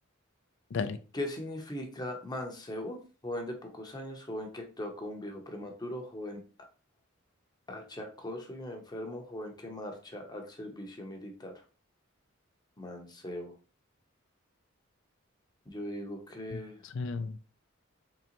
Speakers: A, on the left; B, on the left.
A: Dale.
B: ¿Qué significa mancebo? Joven de pocos años, joven que actúa como un viejo prematuro, joven Achacoso y un enfermo joven que marcha al servicio militar. Mancebo. Yo digo que...
A: O sea,